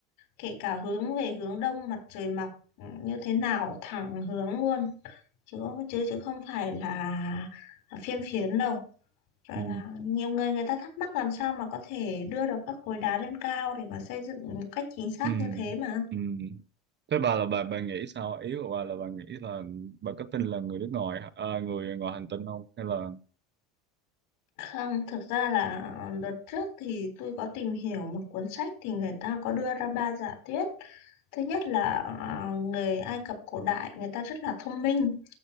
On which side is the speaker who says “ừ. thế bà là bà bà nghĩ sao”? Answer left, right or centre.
Right